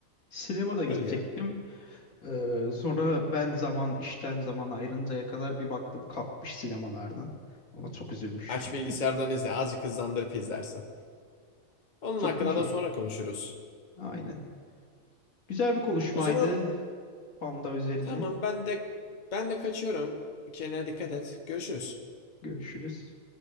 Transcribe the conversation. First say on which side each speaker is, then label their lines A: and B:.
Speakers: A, on the left; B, on the left.
A: Sinemada gidecektim.
B: Öyle diyelim.
A: Ee, sonra ben zaman işten zaman ayrıncaya kadar bir baktım kalkmış sinemalardan. Ona çok üzülmüştüm.
B: Aç bilgisayardan izle. Azıcık hızlandırıp izlersin.
A: <laughs>
B: Onun
A: Çok
B: hakkında
A: mu şey?
B: da sonra konuşuruz.
A: Aynen. Güzel bir konuşmaydı.
B: O zaman
A: Panda üzerine.
B: tamam ben de ben de kaçıyorum. Kendine dikkat et. Görüşürüz.
A: Görüşürüz.